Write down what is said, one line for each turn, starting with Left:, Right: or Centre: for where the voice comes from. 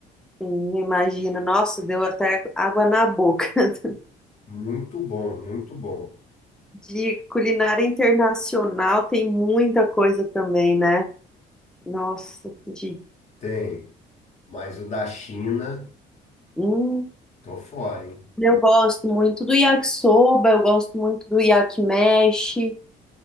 Centre: Sim, imagino. Nossa, deu até água na boca. <laughs>
Left: Muito bom, muito bom.
Centre: De culinária internacional tem muita coisa também, né? Nossa, de.
Left: Tem, mas o da China.
Centre: Hum,
Left: Tô fora, hein?
Centre: eu gosto muito do yakisoba, eu gosto muito do yakimeshi.